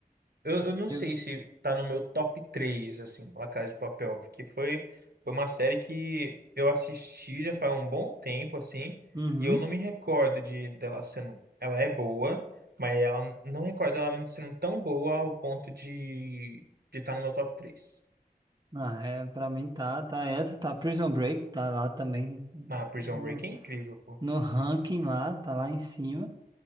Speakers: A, on the right; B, on the right.
A: eu, eu não
B: Eu.
A: sei se tá no meu top 3, assim, La Casa de Papel, porque foi, foi uma série que eu assisti já faz um bom tempo, assim,
B: Uhum.
A: e eu não me recordo de dela sendo. Ela é boa, mas ela não recordo ela sendo tão boa ao ponto de de estar no meu top 3.
B: Ah, é, pra mim tá, tá essa, tá Prison Break, tá lá também
A: Ah, Prison
B: no,
A: Break é incrível, pô.
B: no ranking lá, tá lá em cima.